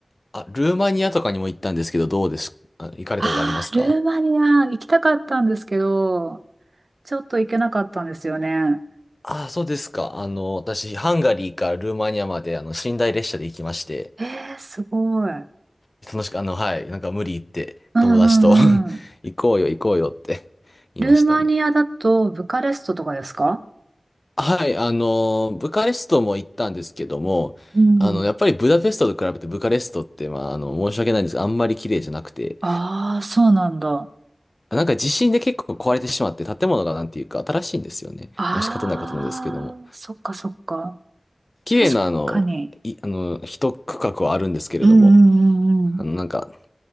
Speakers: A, on the left; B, on the right.
A: あ、ルーマニアとかにも行ったんですけど、どうですあ行かれたことありますか
B: ああ、ルーマニア行きたかったんですけど、ちょっと行けなかったんですよね。
A: ああ、そうですか。あの、私、ハンガリーからルーマニアまで、あの、寝台列車で行きまして、
B: ええー、すごい。うん
A: 楽しく、あの、はい、なんか無理言って、
B: うんうん。
A: 友達と <laughs> 行こうよ、行こうよって <laughs> 言いましたね。
B: ルーマニアだとブカレストとかですか
A: はい、あの、ブカレストも行ったんですけども、
B: うん。
A: あの、やっぱりブダペストと比べてブカレストって、まあ、あの、申し訳ないんですが、あんまり綺麗じゃなくて、
B: ああ、そうなんだ。
A: なんか地震で結構壊れてしまって、建物がなんていうか新しいんですよね。
B: ああ、
A: まあ仕方ないことなんですけども。
B: そっかそっか。
A: 綺麗なあの、
B: 確かに。
A: い、あの、一区画はあるんですけれども、
B: うんうんうんうん。
A: あの、なんか、